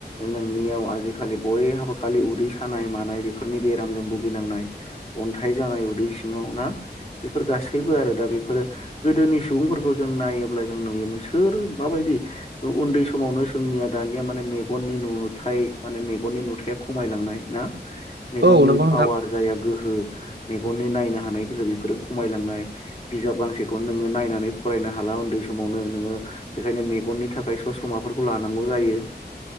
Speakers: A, on the left (about 35°); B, on the right (about 75°).
A: नोंनियाव आजिखालि बयहाबो खालि उदै सानाय मानाय बेफोरनि बेरामजों भुगिनांनाय अन्थाइ जानाय उदै सिङाव ना बेफोर गासैबो आरो दा बेफोरो गोदोनि सुबुंफोरखौ जों जों नायोब्ला जों नुयोमोन सोर माबायदि उन्दै समावनो जोंनिया दानिया माने मेगननि नुथाय माने मेगननि नुथाया खमायलांनाय ना मेगननि
B: औ नंगौ
A: पावार
B: नोंथां
A: जाया गोहो मेगननि नायनो हानाय गोहो बेफोरो खमायलांनाय बिजाब गांसेखौनो नोङो नायनानै फरायनो हाला उन्दै समावनो नोङो बेखायनो मेगननि थाखाय ससमाफोर लांगौ जायो